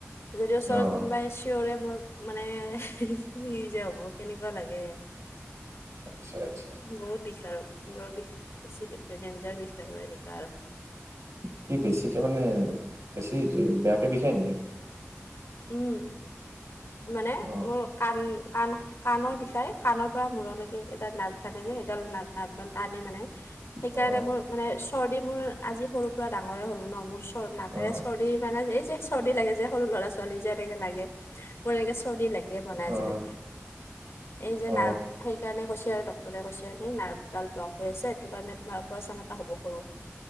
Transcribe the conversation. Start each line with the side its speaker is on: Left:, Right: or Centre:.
Left: যদি ওচৰত
Right: অ
Left: কোনোবাই চিঞৰে মোৰ মানে কি যে হ'ব কেনেকুৱা লাগে।
Right: আচ্ছা আচ্ছা।
Left: বহুত বিষ আৰু, মূৰৰ বিষ বেছি ডেঞ্জাৰ বিষ আৰু এনেকুৱা আৰু।
Right: কি বেছিকে মানে, বেছি বেয়াকে বিষায় নেকি।
Left: উম, মানে
Right: অ
Left: কাণ কাণ কাণৰ বিষাই, কাণৰ পৰা মূৰলৈকে এডাল নাৰ্ভ থাকে যে সেইডাল নাৰ্ভ নাৰ্ভ ডাল টানে মানে, সেইকাৰণে
Right: অ
Left: মোৰ মানে চৰ্দি মোৰ আজি সৰুৰ পৰা ডাঙৰে হ'লো ন মোৰ চ নাকেৰে
Right: অ
Left: চৰ্দি মানে এই যে চৰ্দি লাগে যে সৰু ল'ৰা ছোৱালী যে এনেকে লাগে, মোৰ এনেকে চৰ্দি লাগ <unintelligible> বনাই
Right: অ
Left: আজিলৈকে, এই যে
Right: অ
Left: নাৰ্ভ সেইকাৰণে কৈছে আৰু ডক্টৰে কৈছে। সেই নাৰ্ভডাল ব্লক হৈ আছে সেইটো কাৰণে তোমাৰ অপাৰেচন এটা হ'ব সৰু,